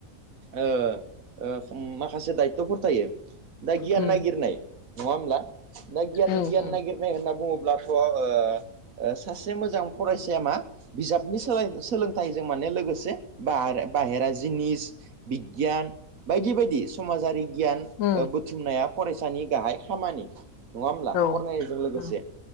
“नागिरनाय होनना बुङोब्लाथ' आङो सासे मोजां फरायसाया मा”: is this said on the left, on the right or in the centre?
Right